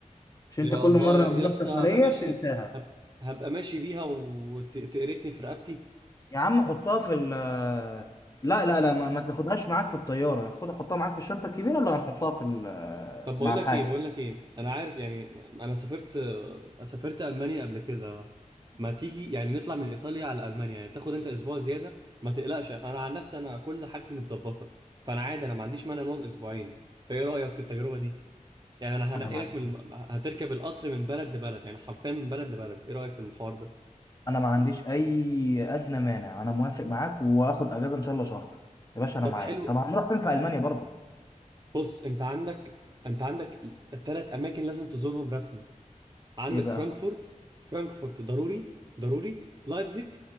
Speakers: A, on the left; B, on the right.
A: عشان
B: يا
A: انت كل
B: الله
A: مرة
B: يس
A: بنروح سفرية
B: هبقى ماشي
A: بتنساها
B: هب... هبقى ماشي بيها وتقرفني في رقبتي
A: يا عم حطها في ال آه، لا لا لا ما, ما تاخدهاش معاك في الطيارة خد حطها معاك في الشنطة الكبيرة ولا هنحطها في ال- آه،
B: طب بقول
A: مع الحاجة
B: لك ايه بقول لك ايه انا عارف يعني انا سافرت سافرت المانيا قبل كده ما تيجي يعني نطلع من ايطاليا على المانيا يعني تاخد انت اسبوع زياده ما تقلقش انا عن نفسي انا كل حاجتي متظبطه فانا عادي انا ما عنديش مانع نقعد اسبوعين فايه رايك في التجربه دي يعني انا هنقلك
A: انا ما
B: من الم- هتركب القطر من بلد لبلد يعني حرفيا من بلد لبلد ايه رايك في الحوار ده
A: انا ما عنديش اي ادنى مانع انا موافق معاك واخد اجازة ان شاء الله شهر يا باشا انا
B: طب
A: معاك
B: حلو
A: طب هنروح فين في
B: ح-
A: المانيا برضو
B: بص انت عندك انت عندك ثلاث اماكن لازم تزورهم رسمي عندك
A: ايه بقى
B: فرانكفورت فرانكفورت ضروري ضروري لايبزيج